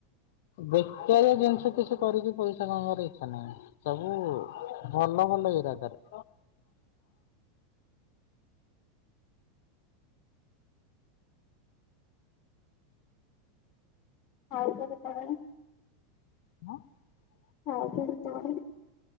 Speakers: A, on the left (about 70°); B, on the left (about 45°).
A: ବେକାରିଆ ଜିନିଷ କିଛି କରିକି ପଇସା କମେଇ ବାର ଇଚ୍ଛା ନାହିଁ ସବୁ ଭଲ ଭଲ ଇରାଦାରେ
B: ଆଉ କେବେ କହେ?
A: <unintelligible>
B: ଆଉ କେବେ କହ?